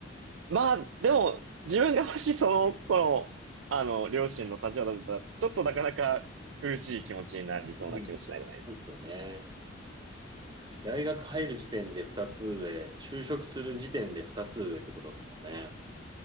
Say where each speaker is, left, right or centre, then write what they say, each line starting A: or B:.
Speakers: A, on the right; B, on the right.
A: まあ、でも、自分がもしその頃、あの、両親の立場だったら、ちょっとなかなか苦しい気持ちになりそうな気もしないじゃないですけど。
B: うん、そうですよね。大学入る時点で2つ上、就職する時点で2つ上ってことですもんね。